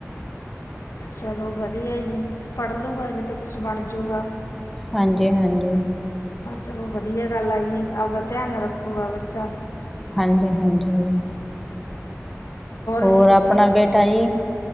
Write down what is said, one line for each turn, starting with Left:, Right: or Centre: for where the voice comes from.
Left: ਚਲੋ ਵਧੀਆ ਜੀ, ਪੜ੍ਹ ਲੂਗਾ ਜੇ ਤਾਂ ਕੁਛ ਬਣ ਜੂਗਾ।
Centre: ਹਾਂਜੀ-ਹਾਂਜੀ,
Left: ਚਲੋ ਵਧੀਆ ਗੱਲ ਆਈਏ ਆਪਦਾ ਧਿਆਨ ਰੱਖੂਗਾ ਬੱਚਾ,
Centre: ਹਾਂਜੀ-ਹਾਂਜੀ, ਹੋਰ
Left: ਜੀ ਤੁਸੀਂ
Centre: ਆਪਣਾ ਬੇਟਾ ਜੀ,